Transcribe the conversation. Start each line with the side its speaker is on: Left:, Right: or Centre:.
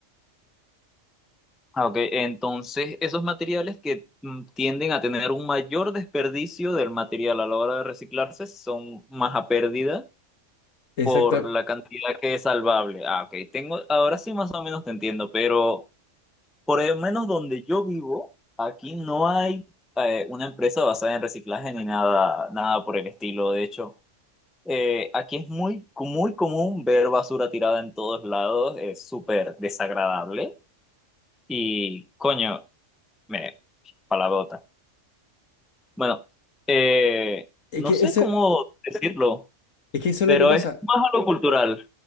Centre: Ah, ok, entonces esos materiales que mm, tienden a tener un mayor desperdicio del material a la hora de reciclarse son más a pérdida
Left: Exacta.
Centre: por la cantidad que es salvable. Ah, ok, tengo, ahora sí más o menos te entiendo, pero por lo menos donde yo vivo, aquí no hay eh, una empresa basada en reciclaje ni nada, nada por el estilo. De hecho, eh, aquí es muy, muy común ver basura tirada en todos lados, es súper desagradable y coño, me, palabrota. Bueno, eh,
Left: Es
Centre: no
Left: que
Centre: sé
Left: eso,
Centre: cómo
Left: es
Centre: decirlo,
Left: que eso es
Centre: pero
Left: lo que pasa.
Centre: es más a lo cultural.